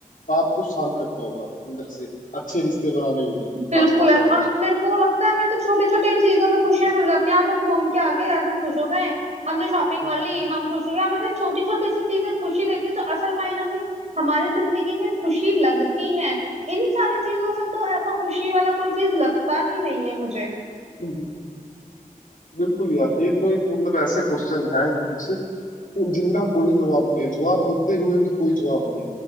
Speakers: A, on the left (about 70°); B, on the right (about 50°).
A: आपको शांत रखना होगा अंदर से अच्छे रिश्ते बनाने होंगे
B: बिल्कुल
A: आस पास
B: है
A: वालों
B: और
A: से
B: मेरे को लगता है हमें तो छोटी छोटी चीजों में खुशियां मिल जाती हैं आज हम घूम के आ गए आज हम खुश हो गए हमने शॉपिंग
A: हम्म,
B: कर ली हम खुश हो गए हमें तो छोटी छोटी सी चीजें खुशी देती है जो असल मायनों में हमारी जिंदगी में खुशी लगती है इन सारी चीजों से तो ऐसा खुशी वाला कोई चीज लगता ही नहीं है मुझे
A: हम्म, बिल्कुल यार ये तो एक मतलब ऐसे क्वेश्चन है ये कुछ तो जिनका कोई जवाब नहीं है जवाब होते हुए भी कोई जवाब नहीं